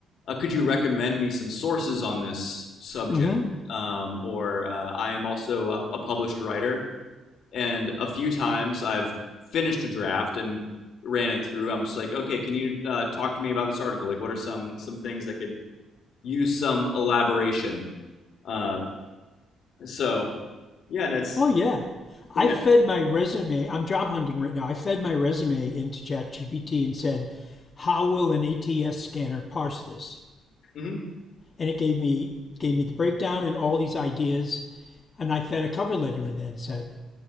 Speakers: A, on the left (about 70°); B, on the left (about 45°).
A: uh, could you recommend me some sources on this subject?
B: hmm
A: Um, or uh, I am also a, a published writer. And a few times I've finished a draft and ran it through. I'm just like, okay, can you uh, talk to me about this article? Like, what are some some things that could use some elaboration? Uh, so, yeah, that's
B: Oh
A: so
B: yeah. I
A: yeah,
B: fed my resume. I'm job hunting right now. I fed my resume into ChatGPT and said, "How will an ATS scanner parse this?"
A: hmm
B: And it gave me gave me the breakdown and all these ideas. And I fed a cover letter in there and said,